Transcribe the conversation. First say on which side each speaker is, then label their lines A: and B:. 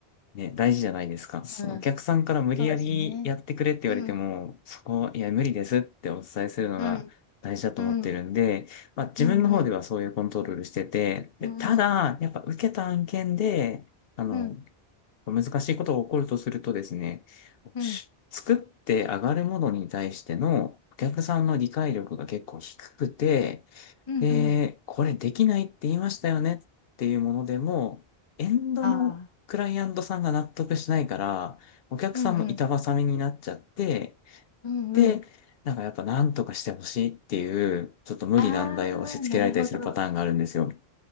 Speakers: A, on the left (about 70°); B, on the left (about 35°).
A: うね、大事じゃないですか。そのお客さんから無理やりやってくれって言われても、
B: うん、そうですね。うん、
A: そこ、いや、無理ですってお伝えするのが大事だと思ってるんで、
B: うん、うん、
A: まあ自分の方ではそういうコントロールしてて、
B: うん、うん、
A: で、
B: うん、
A: ただ、
B: うん、
A: やっぱ受けた案件で、あの、
B: うん、
A: 難しいことが起こるとするとですね、
B: うん、
A: し作って上がるものに対してのお客さんの理解力が結構低くて、
B: うん、うん、
A: で、
B: うん、
A: これできないって言いましたよねっていうものでも、エンドのクライアントさんが納得しないから、
B: ああ、
A: お客さんも板挟みになっちゃって、
B: うん、うん、うん、
A: で、
B: うん。
A: なんかやっぱ何とかしてほしいっていう、ちょっと無理難題を押し付けられたりするパターンがあるんですよ。
B: ああ、なるほど。ち